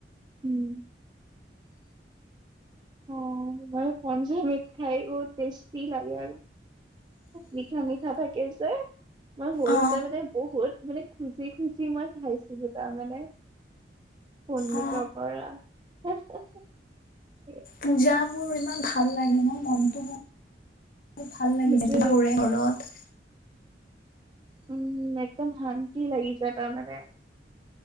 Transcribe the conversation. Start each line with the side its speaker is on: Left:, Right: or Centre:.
Right: উম অ', মই পঞ্চামৃত খাই বৰ টেষ্টি লাগে আৰু মিঠা মিঠা থাকে যে, মই সৰুতে
Left: অ
Right: মানে বহুত মানে খুজি খুজি মই খাইছিলো তাৰমানে, পণ্ডিতৰ
Left: অ
Right: পৰা <unintelligible>
Left: পূজাবোৰ ইমান ভাল লাগে ন, মনটো বৰ ভাল লাগি
Right: সেইটোৱে
Left: যায়, <unintelligible> কৰে ঘৰত।
Right: উম, একদম শান্তি লাগি যায় তাৰমানে।